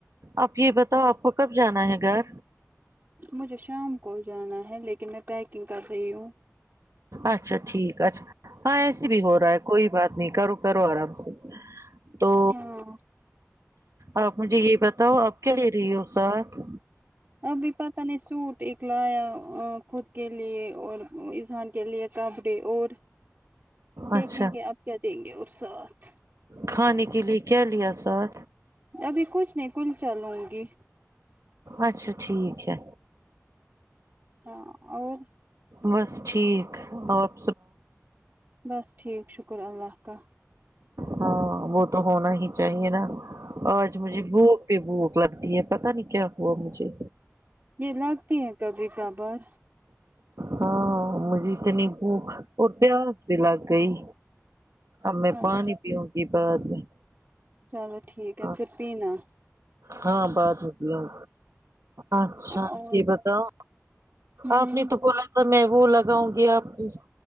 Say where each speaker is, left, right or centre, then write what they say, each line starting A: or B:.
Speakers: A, on the right (about 70°); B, on the right (about 40°).
A: آپ یہ بتاؤ آپ کو کب جانا ہے گھر
B: مجھے شام کو جانا ہے لیکن میں پیکنگ کر رہی ہوں
A: اچھا ٹھیک اچھا ہاں ایسے بھی ہو رہا ہے کوئی بات نہیں کرو کرو آرام سے تو
B: ہاں
A: آپ مجھے یہ بتاؤ آپ کیا لے رہی ہو ساتھ
B: ابھی پتہ نہیں سوٹ ایک لایا ایک خود کے لیے اور اظہان کے لیے کپڑے اور دیکھیں
A: اچھا
B: گے اب کیا دیں گے اور ساتھ
A: کھانے کے لیے کیا لیا سار
B: ابھی کچھ نہیں کل چلوں گی
A: اچھا ٹھیک ہے
B: ہاں اور
A: بس ٹھیک اور آپ
B: بس ٹھیک شکر اللہ کا
A: ہاں وہ تو ہونا ہی چاہیے نا آج مجھے بھوک پہ بھوک لگتی ہے پتا نہیں کیا ہوا مجھے
B: یہ لگتی ہے کبھی کبھار
A: ہاں مجھے اتنی بھوک اور پیاس بھی لگ گئی اب میں
B: اچھا
A: پانی پیوں گی بعد میں
B: چلو ٹھیک ہے
A: ہاں
B: پھر پینا
A: ہاں بات میں پینگو اچھا
B: اور
A: یہ بتاؤ
B: ہوں
A: آپ نے تو بولا تھا میں وہ لگاؤں گی آپ کی